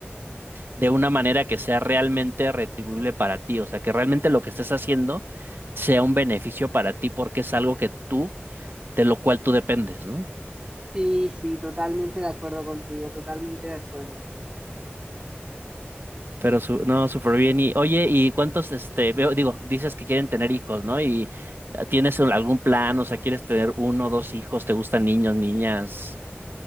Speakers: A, on the right; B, on the right.
A: de una manera que sea realmente retribuible para ti, o sea, que realmente lo que estés haciendo sea un beneficio para ti porque es algo que tú, de lo cual tú dependes, ¿no?
B: Sí, sí, totalmente de acuerdo contigo, totalmente de acuerdo.
A: Pero su, no, súper bien. Y oye, ¿y cuántos, este, veo, digo, dices que quieren tener hijos, ¿no? ¿Y eh, tienes un- algún plan? O sea, ¿quieres tener uno, o dos hijos? ¿Te gustan niños, niñas?